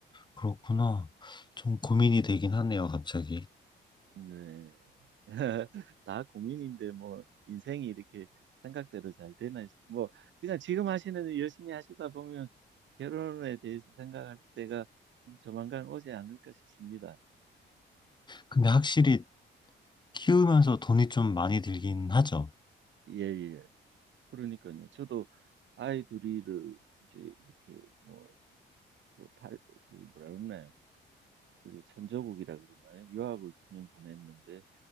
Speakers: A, on the left; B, on the right.
A: 그렇구나. 좀 고민이 되긴 하네요, 갑자기.
B: 네. <laughs> 다 고민인데 뭐 인생이 이렇게 생각대로 잘 되나 싶- 뭐 그냥 지금 하시는 일 열심히 하시다 보면 결혼에 대해서 생각할 때가 조만간 오지 않을까 싶습니다.
A: 근데 확실히 키우면서 돈이 좀 많이 들긴 하죠.
B: 예, 예. 그러니까요. 저도 아이 둘이를 이제 이렇게 뭐, 뭐 달, 그 뭐라 그러나요? 이게 천조국이라 그러나요? 유학을 두 명 보냈는데